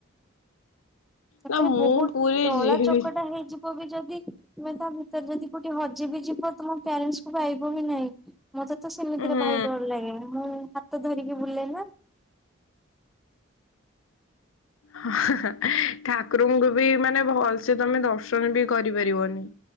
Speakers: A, in the centre; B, on the left (about 80°).
A: ସେତେବେଳେ
B: ନା ମୁଁ
A: ବହୁତ୍
B: ପୁରୀ
A: ଦଳା
B: ଯିବି
A: ଚକଟା ହେଇଯି ହଉ ବି ଯଦି ତମେ ତା ଭିତରେ ଯଦି କୋଠି ହଜିି ବି ଯିବ ତମ ପ୍ୟାରେଣ୍ଟସ୍ ଙ୍କୁ ପାଇବ ହିଁ ନାଇଁ। ମତେ ତ ସେମିତିରେ
B: ହୁଁ
A: ଭାରି ଡର ଲାଗେ ମୁଁ ହାତ ଧରିକି ବୁଲ୍ଲେ ନା?
B: ହା-ହା-ହା ଠାକୁରଙ୍କୁ ବି ମାନେ ଭଲ୍ସେ ତମେ ଦର୍ଶନ ବି କରିପାରିବନି।